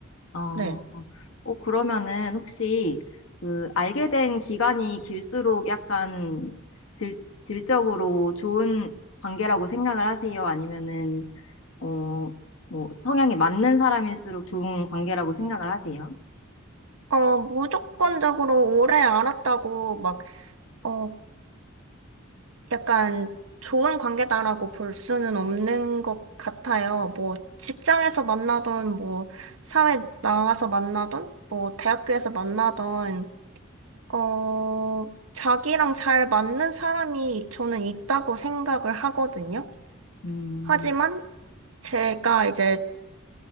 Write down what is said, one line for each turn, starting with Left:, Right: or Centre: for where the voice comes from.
Left: 어,
Right: 네.
Left: 어, 그러면은 혹시 그 알게 된 기간이 길수록 약간 질, 질적으로 좋은 관계라고 생각을 하세요? 아니면은 어, 뭐 성향이 맞는 사람일수록 좋은 관계라고 생각을 하세요?
Right: 어, 무조건적으로 오래 알았다고 막, 어, 약간 좋은 관계다라고 볼 수는 없는 것 같아요. 뭐 직장에서 만나던 뭐 사회 나와서 만나던 뭐 대학교에서 만나던 어, 자기랑 잘 맞는 사람이 저는 있다고 생각을 하거든요.
Left: 음,
Right: 하지만 제가 이제